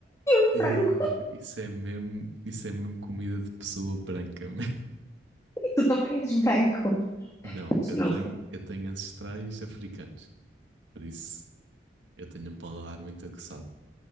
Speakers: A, on the left; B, on the right.
A: um frango.
B: Eh, isso é mesmo, isso é mesmo comida de pessoa branca. <laughs> man.
A: Tu também és branco.
B: Não, eu
A: Não.
B: tenho, eu tenho ancestrais africanos, por isso eu tenho um paladar muito aguçado.